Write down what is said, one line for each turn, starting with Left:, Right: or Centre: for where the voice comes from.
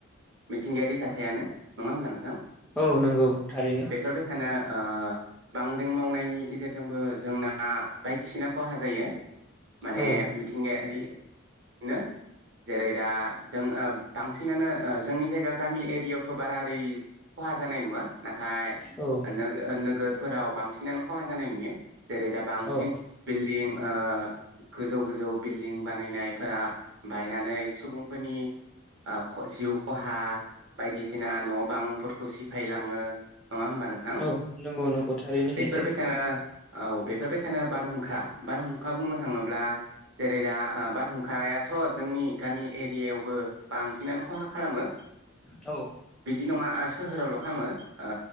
Right: मिथिंगायारि जाथायानो नङा होमबा नोंथां
Centre: औ नंगौ थारैनो
Right: बेफोरबायसानोओ बांग्रिं मावनायनि गेजेरजोंबो जोंना बायदिसिना खहा जायो माने
Centre: औ
Right: मिथिंगायारि बिदिनो जेरै दा जों ओ बांसिनानो ओ जोंनि जायगा गामि एरियावथ' बारा ओरै खहा जानाय नङा नाथाय
Centre: औ
Right: नो नोगोरफोराव बांसिनानो खहा जानाय नुयो जेरै दा बांसिन
Centre: औ
Right: बिल्डिं ओ गोजौ गोजौ बिल्डिं बानायनायफोरा बायनानै सुबुं फोरनि ओ जिउ खहा बायदिसिना न' बांफोरखौ सिफायलाङो नङा होमबा नों थां
Centre: औ नंगौ नंगौ थारैनो
Right: बेफोरबायसानो
Centre: सैथो
Right: औ बेफोरबायसानो बारहुंखा बारहुंखा बुंनो थाङोब्ला जेरै दा बारहुंखायाथ' जोंनि गामि एरिया आवबो बांसिनानो खहा खालामो
Centre: औ
Right: बिदि नङा सोहोरावल' खालामो